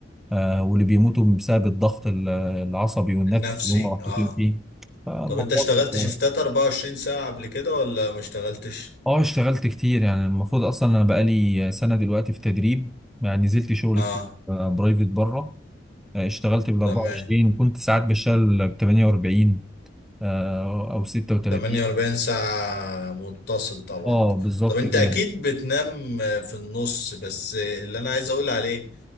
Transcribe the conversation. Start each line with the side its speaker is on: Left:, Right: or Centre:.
Centre: آه، واللي بيموتوا بسبب الضغط ال- العصبي والنفسي
Left: النفسي
Centre: اللي هم محطوطين
Left: اه
Centre: فيه فالموضوع
Left: طب انت اشتغلت
Centre: بيبقى-
Left: شفتات 24 ساعة قبل كده ولا ما اشتغلتش
Centre: اه اشتغلت كتير يعني المفروض اصلا انا بقالي سنة دلوقتي في تدريب يعني نزلت شغل
Left: اه
Centre: كتير آه، برايفت بره آه، اشتغلت بال 24
Left: تمام
Centre: وكنت ساعات بشتغل ب 48 آه، او 36
Left: 48 ساعة متصل طبعا
Centre: اه بالظبط
Left: طب انت
Centre: كده
Left: اكيد بتنام في النص بس اللي انا عايز اقول عليه